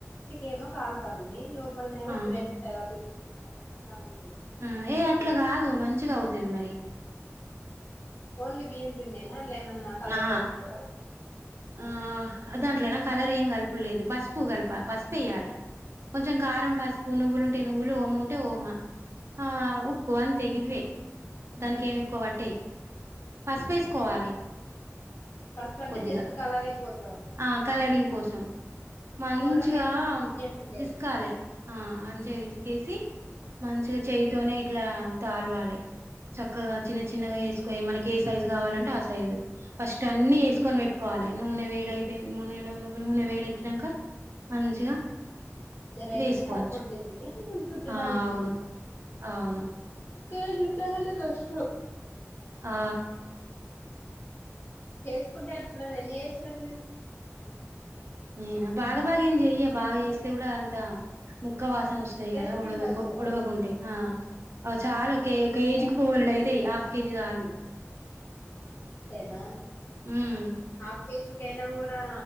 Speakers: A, on the left (about 60°); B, on the right (about 55°).
A: ఏమో కాల్తంది లోపల్నేమో
B: ఆ.
A: మెత్తగా పిండి పిండి లాగా అట్లా ఉంది
B: ఉమ్ ఏ అట్లా గాదు మంచిగా అవుతది మరి
A: ఓన్లీ బియ్యం పిండి ఏనా లెమన్ కలర్
B: ఆ
A: కలుపుతర
B: ఆ, దాంట్లోనా కలర్ ఏం కలపులేదు పసుపు కలిపా పసుపు పెయ్యాలే కొంచెం కారం పసుపు నువ్వులు ఉంటే నువ్వులు ఓమ్ ఉంటే ఓమా ఆ ఉప్పు అంతేగివ్వే దానికి ఏమి ఎక్కువ పట్టయ్ పసుపు వేసుకోవాలి
A: పసుపు అంటే
B: కొద్దిగా
A: జస్ట్ కలరింగ్ కోసం
B: ఆ కలరింగ్ కోసం మంచిగా
A: టోటల్గా అయితే మొత్తం
B: ఆ
A: బియ్యం పిండే
B: పిస్
A: కదా
B: కాలే ఆ మంచిగా ఫిస్ కేసి మంచిగా చేయతోనే ఇట్లా తల్వాలే చక్కగా చిన్న చిన్నగా ఏసుకో మనకి ఏ సైజు కావాలంటే ఆ సైజు ఫస్ట్ అన్ని ఏసుకొని పెట్టుకోవాలి నూనె వేడై పోయింది నువ్వుల నూనె వేడెకినాక మంచిగా
A: ఇద్దర అయితేనే
B: వేసుకోవచ్చు
A: సరిపోది ఇది చుట్టడానికి
B: ఆ అవును అవును
A: కాని చుట్టలంటే కష్టం
B: ఆ
A: చేసుకుంటే అప్పుడు ఎన్ని చేస్తారు మీరు
B: నేనా బాగా బాగా ఏం చెయ బాగా చేస్తే కూడా అంత ము ముక్క వాసన వస్తాయి
A: ఇంట్రెస్ట్
B: గదా వడవక
A: ఉండదు
B: వడవకుంటే ఆ అ చాలు
A: అవును
B: కే
A: చేయడం
B: కేజీకి బోలాడవుతాయ్ హాఫ్ కేజీ చాలు
A: ఆ అంతేనా
B: ఉమ్.
A: హాఫ్ కేజి గైనా గూ డా